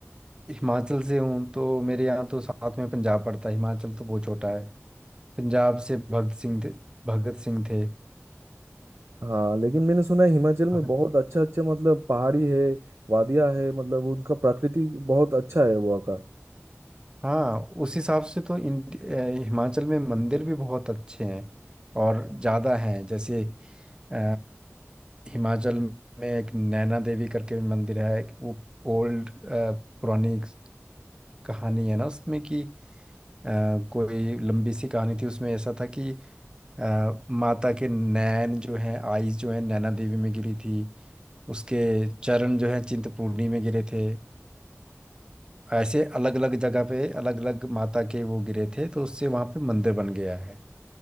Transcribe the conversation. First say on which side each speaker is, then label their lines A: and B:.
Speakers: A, on the right (about 20°); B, on the right (about 65°).
A: हिमाचल से हूँ तो मेरे यहाँ तो साथ में पंजाब पड़ता है हिमाचल तो बहुत छोटा है पंजाब से भगत सिंह थे भगत सिंह थे
B: हाँ लेकिन मैंने सुना है हिमाचल में
A: भगत-
B: बहुत अच्छा अच्छा मतलब पहाड़ी है वादियाँ है मतलब उनका प्रकृति बहुत अच्छा है वहाँ का
A: हाँ उस हिसाब से तो इन अ, हिमाचल में मंदिर भी बहुत अच्छे हैं और ज़्यादा हैं जैसे अ, हिमाचल में एक नैना देवी करके मंदिर है वो ओल्ड पुरानी एक कहानी है ना उसमें कि अ, कोई लंबी सी कहानी थी उसमें ऐसा था कि अ, माता के नैन जो हैं आईज जो हैं नैना देवी में गिरी थी उसके चरण जो हैं चिंतपूर्णी में गिरे थे ऐसे अलग अलग जगह पे अलग अलग माता के वो गिरे थे तो उससे वहाँ पे मंदिर बन गया है